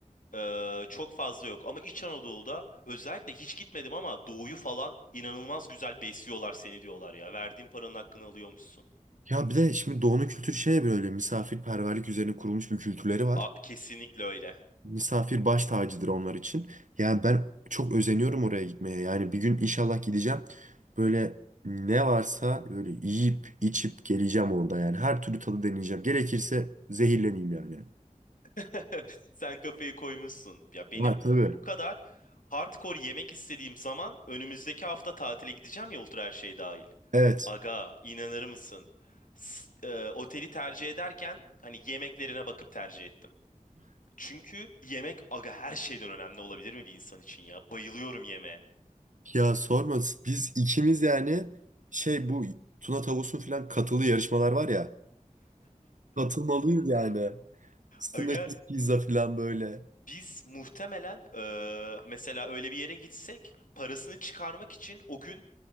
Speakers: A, on the left; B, on the right.
A: e, çok fazla yok. Ama İç Anadolu'da özellikle hiç gitmedim ama doğuyu falan inanılmaz güzel besliyorlar seni diyorlar ya. Verdiğin paranın hakkını alıyormuşsun.
B: Ya bir de şimdi doğunun kültürü şey böyle misafirperverlik üzerine kurulmuş bir kültürleri var.
A: A, kesinlikle öyle.
B: Misafir baş tacıdır onlar için. Yani ben çok özeniyorum oraya gitmeye. Yani bir gün inşallah gideceğim. Böyle ne varsa böyle yiyip içip geleceğim orada yani. Her türlü tadı deneyeceğim. Gerekirse zehirleneyim yani.
A: <laughs> Sen kafayı koymuşsun. Ya benim
B: Ha, tabii.
A: bu kadar hardcore yemek istediğim zaman önümüzdeki hafta tatile gideceğim ya ultra her şey dahil.
B: Evet.
A: Aga inanır mısın? S- e, oteli tercih ederken hani yemeklerine bakıp tercih ettim. Çünkü yemek aga her şeyden önemli olabilir mi bir insan için ya? Bayılıyorum yemeğe.
B: Ya sorma biz ikimiz yani şey bu Tuna Tavus'un falan katılı yarışmalar var ya. Katılmalıyız yani. Sınırsız
A: Aga
B: pizza falan böyle.
A: biz muhtemelen e, mesela öyle bir yere gitsek parasını çıkarmak için o gün